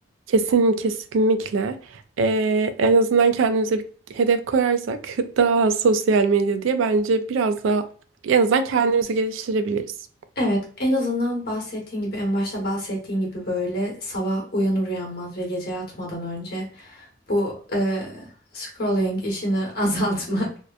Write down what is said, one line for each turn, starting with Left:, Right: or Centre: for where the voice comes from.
Right: kesin kesinlikle e, en azından kendimize bir hedef koyarsak <laughs> daha az sosyal medya diye bence biraz daha en azından kendimizi geliştirebiliriz.
Left: Evet, en azından bahsettiğin gibi, en başta bahsettiğin gibi böyle sabah uyanır uyanmaz ve gece yatmadan önce bu e, scrolling işini <laughs> azaltmak